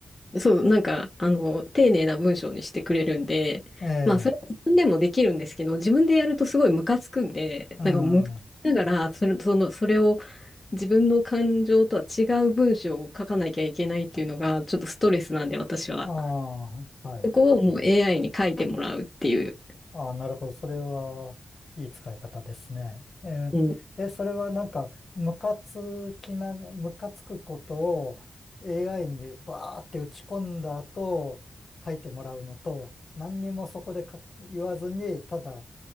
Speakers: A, on the left; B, on the left.
A: て、そう、なんか、あの、丁寧な文章にしてくれるんで、
B: ええ、
A: まあ、それは自分でもできるんですけど、自分でやるとすごいムカつくんで、
B: うん。
A: なんか、むながら、
B: あ
A: それ、その、それを自分の感情とは違う文章を書かなきゃいけないっていうのが、ちょっとストレスなんで、私は。
B: あ、はい。
A: そこをもう AI に書いてもらうっていう。
B: ああ、なるほど。それは、いい使い方ですね。え
A: うん。
B: ーえ、それはなんか、ムカつきな、ムカつくことを AI にバーって打ち込んだ後、書いてもらうのと、何にもそこで書言わずに、ただ